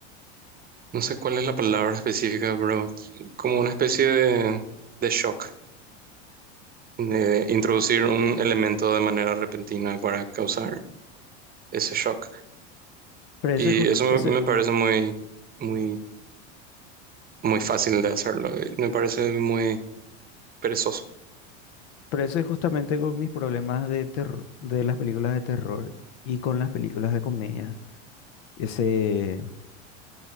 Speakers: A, on the right; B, on the left.
A: no sé cuál es la palabra específica, pero como una especie de, de shock, de introducir un elemento de manera repentina para causar ese shock.
B: Pero ese,
A: Y
B: jus-
A: eso
B: ese,
A: me, me parece muy, muy, muy fácil de hacerlo, y me parece muy perezoso.
B: pero ese es justamente con mis problemas de terror, de las películas de terror y con las películas de comedia. Ese,